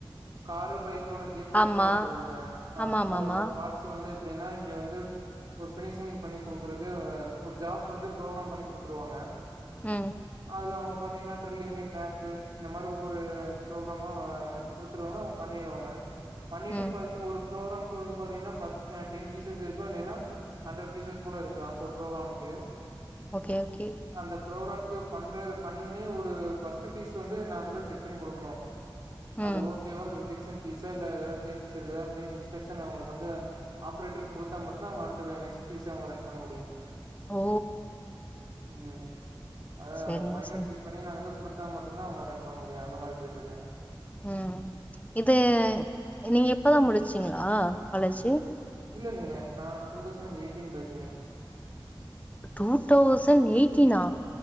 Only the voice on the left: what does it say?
ஆமா.
ஆமாமாமா.
ம்
ம்.
ஓகே ஓகே
ம்.
ஓ!
சரிங்க,
சரி.
ம் இது நீங்க இப்பதா முடிச்சீங்களா காலேஜ்
டூ தௌசண்ட் எயிட்டீனா